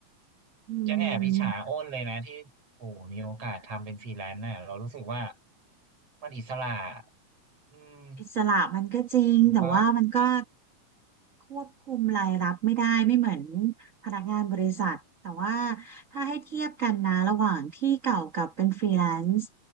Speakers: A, on the right; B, on the right.
A: อื
B: ยังแอบอิจฉาอ้นเลยนะที่โอ้โหมีโอกาสทำเป็นฟรีแลนซ์น่ะเรารู้สึกว่า
A: ม
B: มันอิสระอืม
A: อิสระมันก็จริงแต่ว่ามันก็
B: ถูกปะ
A: ควบคุมรายรับไม่ได้ไม่เหมือนพนักงานบริษัทแต่ว่าถ้าให้เทียบกันนะระหว่างที่เก่ากับเป็นฟรีแลนซ์